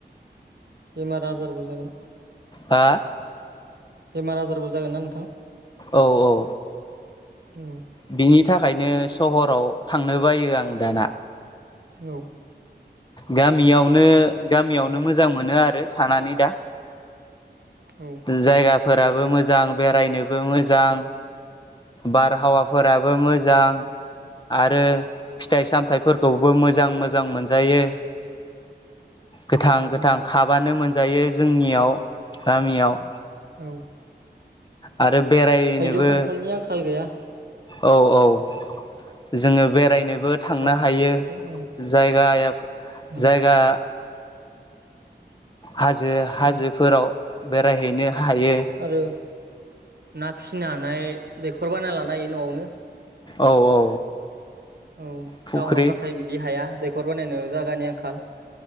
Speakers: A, on the right; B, on the left.
A: बेमार आजारबो जागोन।
B: हा?
A: बेमार आजारबो जागोन ना नोंथां?
B: औ औ।
A: औ।
B: बिनि थाखायनो सहराव थांनो बायो आं दाना।
A: औ।
B: गामियावनो गामियावनो मोजां मोनो आरो थानानै दा।
A: औ
B: जायगा फोराबो मोजां, बेरायनोबो मोजां, बारहावाफोराबो मो जां। आरो फिथाइ सामथाइफोरखौबो मोजां मोजां मोनजायो। गोथां गोथां
A: औ
B: खाबानो मोनजायो जोंनियाव गामियाव।
A: औ
B: आरो बेरायनोबो
A: थाइजौ खान्थालनि आंखाल गैया।
B: औ औ जोङो बेरायनो बो थांनो
A: जाजानो
B: हायो
A: गोसो औ
B: जागाया
A: औ
B: जायगा हाजो हाजोफोराव
A: औ
B: बेरायहैनो हायो।
A: आरो ना फिसिनो हानाय दैखर बानायना लानो हायो न'आवनो।
B: औ औ।
A: औ
B: फुख्रि
A: टाउनाव नाथाय बिदि हाया, दैखर बानायनो जागानि आंखाल।